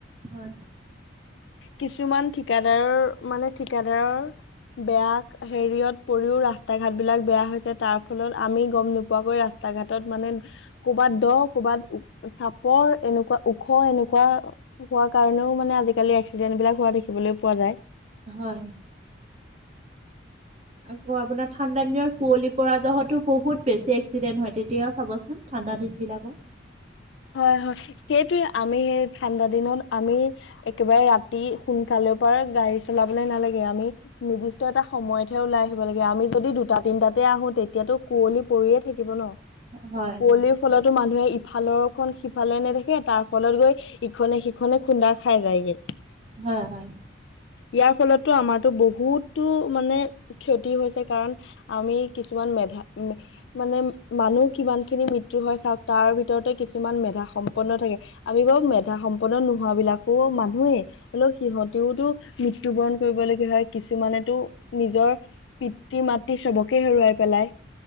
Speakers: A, on the right; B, on the left.
A: হয়।
B: কিছুমান ঠিকাদাৰৰ মানে ঠিকাদাৰৰ বেয়া হেৰিয়ত পৰিও ৰাস্তা ঘাট বিলাক বেয়া হৈছে তাৰ ফলত আমি গম নোপোৱাকৈ ৰাস্ত- ৰাস্তা ঘাটত মানে কৰ'বাত দ ক'ৰবাত চাপৰ এনেকুৱা ওখ এনেকুৱা হোৱা কাৰণেও মানে আজিকালি এক্সিডেন্ট বিলাক হোৱা দেখিবলৈ পোৱা যায়।
A: হয়। আকৌ আপোনাৰ ঠাণ্ডা দিনৰ কুঁৱলি পৰা যহতো বহুত বেছি এক্সিডেণ্ট হয়, তেতিয়া চাবচোন ঠাণ্ডা দিন বিলাকত
B: হয় হয় সেইটোৱে আমি সেই ঠাণ্ডা দিনত আমি একেবাৰে ৰাতি সোনকালে পৰা গাড়ী চলাবলে নালাগে। আমি নিৰ্দিষ্ট এটা সময়ত হে ওলাই আহিব লাগে আমি যদি দুটা তিনটাতে আহো তেতিয়াতো কুঁৱলী পৰিয়ে থাকিব ন,
A: হয়, হয়,
B: কুঁৱলীৰ
A: হয়,
B: ফলতো মানুহে ইফালৰ খন সিফালে নে দেখে তাৰ ফলত গৈ ইখনে সিখনে খুন্দা খাই যায়গে।
A: হয় হয়।
B: ইয়াৰ ফলতো আমাৰতো বহুতো মানে ক্ষতি হৈছে কাৰণ আমি কিছু- কিমান মেধা মানে মানুহ কিমান খিনি মৃত্যু হয় চাওক তাৰ ভিতৰতে কিছুমান মেধা সম্পন্ন থাকে আমি বাৰু মেধা সম্পন্ন নোহোৱাবিলাকো মানুহেই অলপ সিহঁত টোতো মৃত্যুবৰণ কৰিবলগীয়া হয় কিছুমানেতো নিজৰ পিতৃ মাতৃ চবকে হেৰুৱাই পেলাই।